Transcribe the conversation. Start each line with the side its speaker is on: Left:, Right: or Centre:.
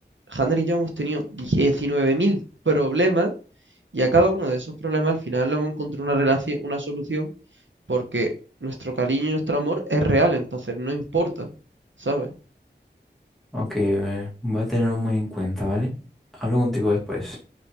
Right: Hanner y yo hemos tenido 19.000 problemas y a cada uno de esos problemas al final le hemos encontrado una relación, una solución porque nuestro cariño y nuestro amor es real, entonces no importa, ¿sabes?
Centre: Ok, eh, voy a tenerlo muy en cuenta, ¿vale? Hablo contigo después.